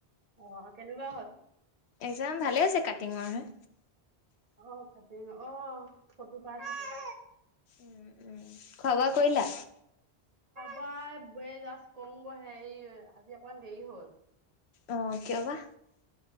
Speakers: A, on the right (about 35°); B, on the left (about 80°).
A: অ কেনেকুৱা হ'ল।
B: একজাম ভালে হৈছে কাটিঙৰ হে।
A: অ কাটিংৰ অহ ফটো পাইছিলোঁ।
B: উম উম খোৱা বোৱা কৰিলা?
A: পাই ব জাষ্ট কম গৈ হেৰি আজি অকমান দেৰি হ'ল।
B: আহ কিয় বা।